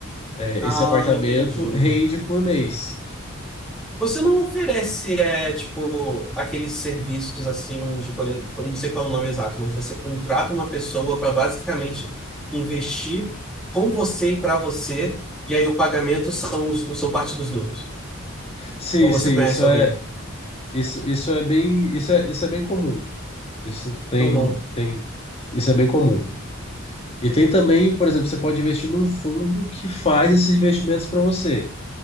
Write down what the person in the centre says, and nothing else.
Ah,
entendi.
Você não oferece, é, tipo, aqueles serviços assim, de, por exemplo, não sei qual é o nome exato, mas você contrata uma pessoa para basicamente investir com você e para você, e aí o pagamento são, os- são parte dos lucros.
Ou você
conhece
alguém?
Uhum,